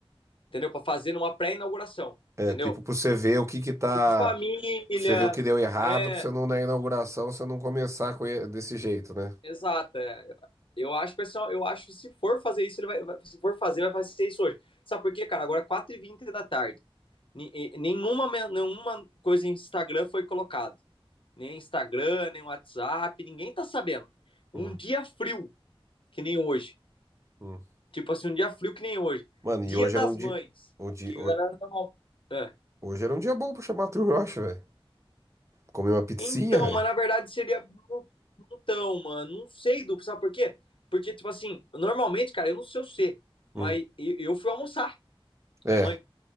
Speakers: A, on the left; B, on the right.
A: Entendeu? Pra fazer uma pré-inauguração,
B: É,
A: entendeu?
B: tipo, pra você ver o que que tá.
A: Tipo família,
B: Pra você ver o que deu errado,
A: né?
B: pra você não, na inauguração, você não começar com e- desse jeito, né?
A: Exato. é. Eu acho pessoal eu acho que se for fazer isso, ele vai, vai- se for fazer, vai fazer isso hoje. Sabe por quê, cara? Agora é 4h20 da tarde. Ni- e- Nenhuma, men- nenhuma coisa em Instagram foi colocada. Nem Instagram, nem WhatsApp, ninguém tá sabendo.
B: Hum,
A: Um dia frio, que nem hoje.
B: hum.
A: Tipo assim, um dia frio que nem hoje.
B: Mano,
A: Dia
B: e hoje
A: das
B: era um dia.
A: mães.
B: O dia...
A: Que
B: ho-
A: a galera normal. É.
B: Hoje era um dia bom pra chamar a turma, eu acho, velho. Comer uma pizzinha,
A: Então,
B: velho.
A: mas na verdade seria. Então, mano, não sei, duplo, sabe por quê? Porque, tipo assim, normalmente, cara, eu não sei o ser, mas
B: Hum.
A: eu eu fui almoçar com
B: É,
A: a minha mãe,